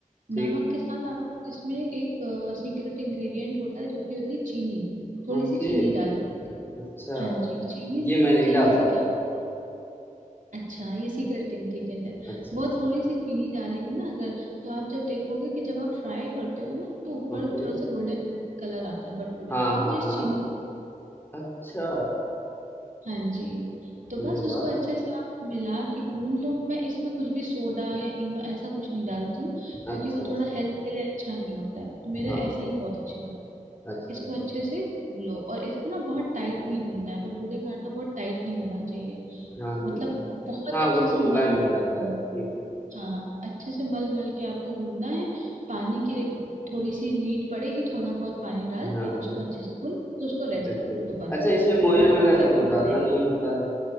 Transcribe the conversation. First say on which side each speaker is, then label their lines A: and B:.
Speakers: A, on the left; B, on the right.
A: ठीक।
B: नमक के साथ आपको इसमें एक सीक्रेट इंग्रेडिएंट होता है जो कि होती है चीनी थोड़ी
A: ओके,
B: सी चीनी डालनी है।
A: अच्छा।
B: हाँ जी चीनी
A: ये मैं नहीं
B: चीनी
A: डालता
B: से क्या
A: था।
B: होता है अच्छा ये सीक्रेट इंग्रेडिएंट है
A: अच्छा,
B: बहुत
A: अच्छा।
B: थोड़ी सी चीनी डालेंगे ना अगर तो आप जब देखोगे कि जब आप फ्राई करते हो ना तो ऊपर
A: ओके।
B: थोड़ा सा गोल्डन कलर आता है भटूरे
A: हाँ,
B: पे तो
A: हाँ,
B: वो इस
A: हाँ।
B: चीनी
A: अच्छा।
B: हाँ जी तो बस
A: अरे
B: उसको
A: वाह!
B: अच्छे से आप मिला के गून लो मैं इसमें कुछ भी सोडा या इनो ऐसा कुछ नहीं डालती हूँ क्योंकि
A: अच्छा,
B: वो
A: अच्छा।
B: थोड़ा हेल्थ के लिए अच्छा नहीं होता है तो मेरे
A: हाँ।
B: ऐसे ही बहुत अच्छे बनते हैं
A: अच्छा,
B: इसको अच्छे से गून लो और इसको ना बहुत टाइट नहीं गूनना है भटूरे का आटा बहुत टाइट नहीं होना चाहिए
A: हाँ, हाँ।
B: मतलब बहुत
A: हाँ,
B: अच्छे
A: वो
B: से
A: तो मुलायम
B: मल मल
A: हो
B: के
A: जाता
B: गूनना
A: है,
B: है
A: ठीक है।
B: हाँ अच्छे से मल मल के आपको गूनना है पानी की रिक- थोड़ी सी नीड पड़ेगी थोड़ा बहुत पानी डाल
A: हाँ,
B: के उसको
A: हाँ,
B: अच्छे से गून फिर उसको रेस्ट
A: बिल्कुल।
B: कर लो तो बस
A: अच्छा इसमें मोयन
B: भटूरे
A: वगैरह तो
B: का
A: कुछ
B: आटा
A: डालना
B: ready।
A: नहीं होता है?